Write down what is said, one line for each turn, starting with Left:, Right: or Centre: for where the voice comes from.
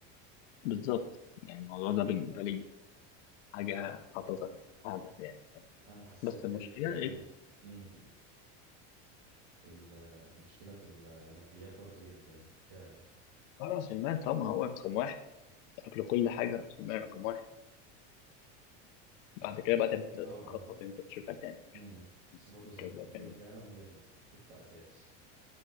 Left: بالظبط يعني الموضوع ده بالنسبه
Right: أه،
Left: لي حاجه حاططها في هدف يعني
Right: انا حسيت
Left: بس
Right: ان
Left: المشكله
Right: انت فعلا امم المشكله في الماديات برضو جدا فعلا
Left: اه راس المال طبعا هو رقم واحد قبل كل حاجة راس المال رقم واحد بعد كده بقى تبدأ
Right: اه
Left: تخطط
Right: اه
Left: انت تشوف هتعمل شوف
Right: امم بس برضو زي
Left: كذا
Right: ما انت بتقول
Left: هتعمل
Right: فعلا هي الخطه اساس